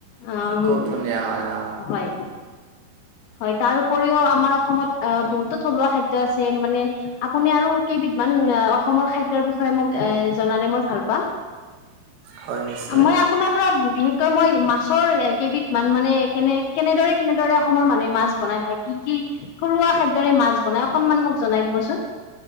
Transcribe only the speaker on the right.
খুব ধুনীয়া হয় অ
হয় নিশ্চয়